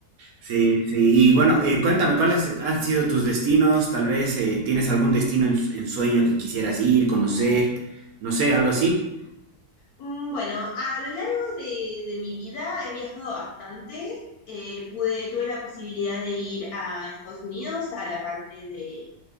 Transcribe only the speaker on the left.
Mm, Bueno, a lo largo de, de mi vida he viajado bastante. Eh, pude, tuve la posibilidad de ir a Estados Unidos, a la parte de,